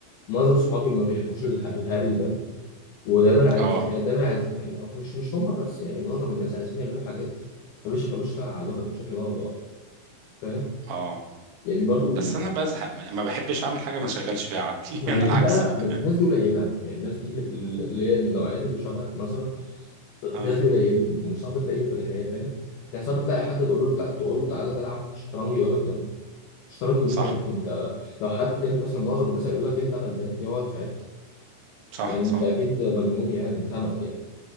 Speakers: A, on the left; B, on the right.
A: معظم صحابي ما بيحبوش اله- الهري ده ودايما عايز
B: اه
A: يعني دايما عايز يعني أو مش مش هما بس يعني معظم الناس عايزين يعملوا حاجات ما بيشغلوش فيها عقلهم بشكل ما أو بآخر فاهم
B: اه
A: يعني برضو
B: بس انا بزهق ما ما بحبش اعمل حاجة ما اشغلش فيها عقلي
A: ما
B: <laughs> انا
A: هي دي
B: العكس
A: بقى
B: بقى
A: ما الناس دي قليله يعني الناس دي اللي اللي هي من النوعيات اللي شبهك مثلا الناس
B: اه
A: دي قليلين وصعب تلاقيهم في الحياه فاهم يعني صعب تلاقي حد تقول له تع- تقول له تعالى نلعب شطرنج يقول لك يلا شطرنج مين
B: صح
A: يا ابني انت لو حد تاني مثلا معظم الناس هيقول لك ايه الهبل ده يا ابني اقعد في حته
B: صح
A: يعني
B: صح
A: انت اكيد مجنون يعني اتهمت يعني